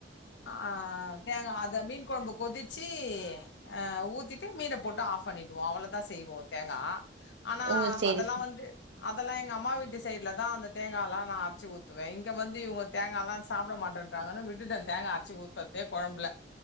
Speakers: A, on the left; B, on the right.
A: ஆ தேங்கா அத மீன் கொழம்பு கொதிச்சி ஆ ஊத்திட்டு மீனப் போட்டு ஆஃபண்ணிடுவோ அவ்ளோதா செய்வோ தேங்கா ஆனா
B: ஓ சேரி
A: அதெல்லா
B: சே
A: வந்து அதெல்லா எங்க அம்மா வீட்டு சைட்லதா அந்த தேங்கால்லா அரச்சி ஊத்துவே இங்க வந்து இவுங்க தேங்கால்லா சாப்ட மாட்டன்றாங்கன்னு விட்டுட்ட தேங்கா அரச்சி ஊத்தற்தே கொழம்புல